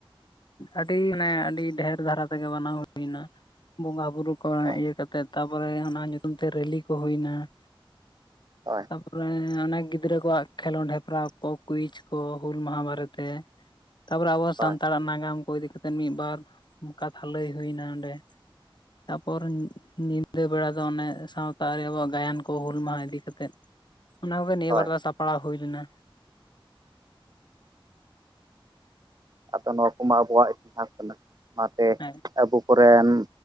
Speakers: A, on the left; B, on the right.
A: ᱟᱹᱰᱤ ᱢᱟᱱᱮ ᱟᱹᱰᱤ ᱰᱷᱮᱹᱨ ᱫᱷᱟᱨᱟ ᱛᱮᱜᱮ ᱵᱟᱱᱟᱣ ᱦᱩᱭᱱᱟ᱾ ᱵᱚᱸᱜᱟ ᱵᱩᱨᱩ ᱠᱚ
B: ᱦᱳᱭ
A: ᱤᱭᱟᱹ ᱠᱟᱛᱮᱜ ᱛᱟᱯᱚᱨᱮ ᱚᱱᱟ ᱧᱩᱛᱩᱢ ᱛᱮ ᱨᱮᱞᱤ ᱠᱚ ᱦᱩᱭᱱᱟ <inaudible>
B: ᱦᱳᱭ᱾
A: ᱛᱟᱯᱚᱨᱮ ᱚᱱᱮᱠ ᱜᱤᱫᱽᱨᱟᱹ ᱠᱚᱣᱟᱜ ᱠᱷᱮᱞᱳᱱᱰ ᱦᱮᱯᱨᱟᱣ ᱠᱚ ᱠᱩᱭᱤᱡ ᱠᱚ ᱦᱩᱞ ᱢᱟᱦᱟ ᱵᱟᱨᱮᱛᱮ᱾ ᱛᱟᱯᱚᱨᱮ ᱟᱵᱚᱭᱟᱜ
B: ᱦᱳᱭ
A: ᱥᱟᱱᱛᱟᱲᱟᱜ ᱱᱟᱜᱟᱢ ᱠᱚ ᱤᱫᱤ ᱠᱟᱛᱮᱱ ᱢᱤᱫᱵᱟᱨ ᱠᱟᱛᱷᱟ ᱞᱟᱹᱭ ᱦᱩᱭᱱᱟ ᱚᱸᱰᱮ᱾ ᱛᱟᱯᱚᱨ ᱧᱤᱫᱟᱹ ᱵᱮᱲᱟ ᱫᱚ ᱚᱱᱮ ᱥᱟᱶᱛᱟ ᱨᱮ ᱟᱵᱚᱣᱟᱜ ᱜᱟᱭᱟᱱ ᱠᱚ ᱦᱩᱞ ᱢᱟᱦᱟ ᱤᱫᱤ ᱠᱟᱛᱮᱜ᱾ ᱚᱱᱟ ᱠᱚᱜᱮ ᱱᱤᱭᱟᱹ
B: ᱦᱳᱭ
A: ᱵᱟᱨ ᱫᱚ ᱥᱟᱯᱲᱟᱣ ᱦᱩᱭ ᱞᱮᱱᱟ᱾
B: ᱟᱫᱚ ᱱᱚᱣᱟ ᱠᱚᱢᱟ ᱟᱵᱚᱣᱟᱜ ᱤᱛᱤᱦᱟᱥ ᱠᱟᱱᱟ ᱚᱱᱟᱛᱮ
A: ᱦᱮᱸ
B: ᱟᱵᱚ ᱠᱚᱨᱮᱱ